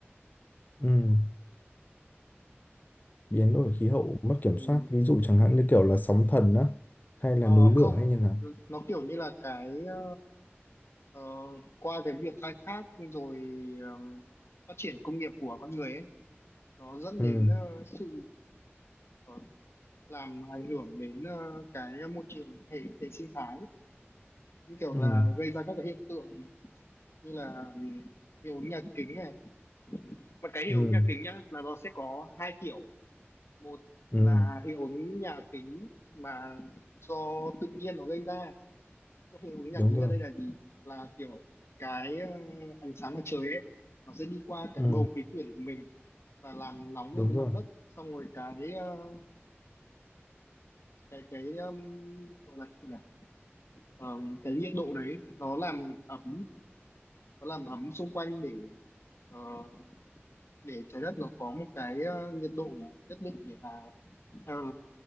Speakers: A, on the left; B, on the left.
A: Ừ. biến đổi khí hậu mất kiểm
B: ừ,
A: soát ví dụ chẳng hạn
B: ừ.
A: như kiểu là sóng thần á hay là
B: Ờ,
A: núi lửa
B: không
A: hay như nào
B: nó kiểu như là cái ờ, ờ, qua cái việc khai thác rồi ờ, phát triển công nghiệp của con người ấy nó dẫn
A: ừ
B: đến ờ, sự ờ, làm ảnh hưởng đến ờ, cái môi trường hệ hệ sinh thái như kiểu
A: ừ
B: là gây ra các cái hiện tượng như là ừ, hiệu ứng nhà kính này mà cái hiệu
A: ừ
B: ứng nhà kính nhá là nó sẽ có hai kiểu một
A: ừ
B: là hiệu ứng nhà kính mà do tự nhiên nó gây ra Cái hiệu ứng nhà
A: đúng
B: kính
A: rồi
B: ở đây là gì là kiểu cái ờ, ánh sáng mặt trời ấy nó sẽ đi qua cái
A: ừ
B: bầu khí quyển của mình và làm nóng
A: đúng
B: lên cái
A: rồi
B: mặt đất xong rồi cái ờ, cái cái um, gọi là gì nhỉ Ờ, cái nhiệt độ đấy nó làm ấm nó làm ấm xung quanh để ờ, để trái đất nó có một cái ờ, nhiệt độ nhất định để mà ờ,